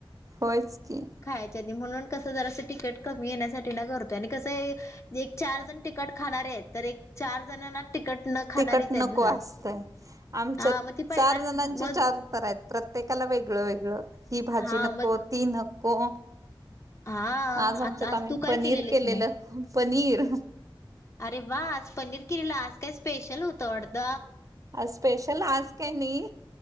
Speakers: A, on the right (about 40°); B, on the left (about 35°).
A: होयच की.
B: खायाच्या आधी म्हणून कसं जरा असं तिकट कमी येण्यासाठी ना करतोय आणि कसं एक चार जण तिकट खाणारे आहेत तर एक चार जणांना तिकट न खाणारीच
A: तिकट नको
B: आहेत घरात.
A: असतंय, आमच्यात
B: हा मग ती पहिलाच
A: चार जणांची
B: मग
A: चार तर आहेत प्रत्येकाला वेगळं -वेगळं ही भाजी
B: हा
A: नको,
B: मग
A: ती नको.
B: हा
A: आज आमच्यात
B: आता
A: आम्ही
B: तू काय
A: पनीर
B: केलेलीस
A: केलेलं
B: मग?
A: पनीर.
B: अरे वा! आज पनीर केलेला आज काय स्पेशल होतं वाटत?
A: स्पेशल आज काय नाही,